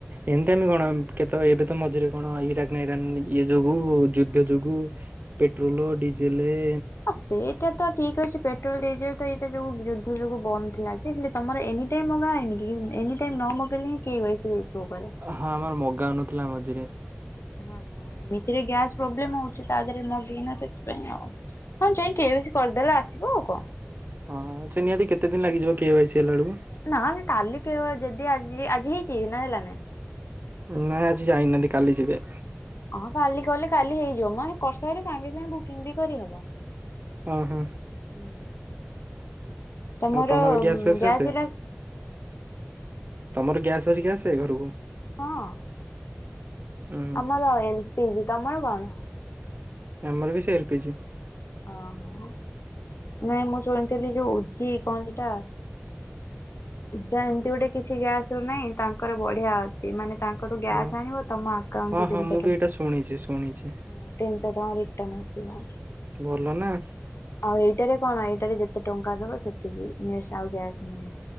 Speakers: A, on the right; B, on the left.
A: ଏମିତି ଆମେ କଣ କେତ ଏବେ ତ ମଝିରେ କଣ ଇରାକ ନା ଇରାନ ଇଏ ଯୋଗୁ ଯୁଦ୍ଧ ଯୋଗୁ ପେଟ୍ରୋଲ ଡିଜେଲ ଏ
B: ଅ ସେଇଟା ତ ଠିକ ଅଛି ପେଟ୍ରୋଲ ଡିଜେଲ ତ ଏଇ ଟା ବି ଯୁଦ୍ଧ ଯୋଗୁଁ ବନ୍ଦ ଥିଲା ଯେ ହେଲେ ତମର ଏନି ଟାଇମ୍ ମଗାଇନି କି ଏନି ଟାଇମ୍ ନ ମଗ ମୁଁ କହିଲି କେ ଉଆଇସି ଇସୋ କରେ
A: ହଁ ଆମର ମଗା ଆନଥିଲା ମଝିରେ
B: ହ ହଁ ଏମିତିରେ ଗ୍ୟାସ ପ୍ରୋବ୍ଲେମ ହଉଛି ତା ଦେହରେ ମଗେଇନା ସେଥିପାଇଁ ଆଉ ହଁ ଯାଇ କେ ବି ସି କରିଦେଲେ ଆସିବ ଆଉ କଣ
A: ହଁ ସେ ନିହାତି କେତେ ଦିନ ଲାଗଯିବ କେ ୱାଇ ସି ହେଲା ବେଳକୁ
B: ନା କାଲି କେ ଯଦି ଆଜି ଆଜି ହେଇଛି ନା ହେଲା ନାଇଁ
A: ନା ଆଜି ଯାଇନାହାନ୍ତି କାଲି ଯିବେ
B: ହଁ କାଲି କଲେ କାଲି ହେଇଯିବ ମ କର୍ଷରେ ସାଙ୍ଗେ ସାଙ୍ଗେ ବୁକିଙ୍ଗ ବି କରିହବ
A: ଅ ହୁଁ
B: ଉ ତମର
A: ଆଉ ଗ୍ୟାସ
B: ଗ୍ୟାସଟା
A: ଫ୍ୟାସ ଆସେ ତମର ଗ୍ୟାସ୍ ଅରିକା ଆସିବ ଘରକୁ
B: ହଁ
A: ହୁଁ
B: ଆମର ଏଲ ପିଜି ତମର କଣ
A: ଆମର ବି ସେ ଏଲପିଜି
B: ଓହୋ ନାଇଁ ମୁଁ ଶୁଣିଥିଲି ଯୋଉ ଉଜି କଣ ସେଟା ପୂଜା ଏମିତି ଗୋଟେ କିଛି ଗ୍ୟାସ ରୁ ନାହିଁ ତାଙ୍କର ବଢିଆ ଅଛି ସେମାନେ ତାଙ୍କଠୁ ଗ୍ୟାସ୍
A: ଓ
B: ଆଣିବ ତମ ଆକାଉଣ୍ଟ
A: ହଁ
B: କୁ
A: ହଁ
B: ତିନିଶହ
A: ମୁଁ ବି
B: ଟଙ୍କା
A: ଏଇଟା ଶୁଣିଛି ଶୁଣିଛି
B: ତିନିଶହ ଟଙ୍କା ରିଟନ ଆସିବ
A: ଭଲ ନା
B: ଆଉ ଏଇଟାରେ କଣ ଏଇଟାରେ ଯେତେ ଟଙ୍କା ଦବ ସେତିକି ଆଉ ଗ୍ୟାସ୍ ନାହିଁ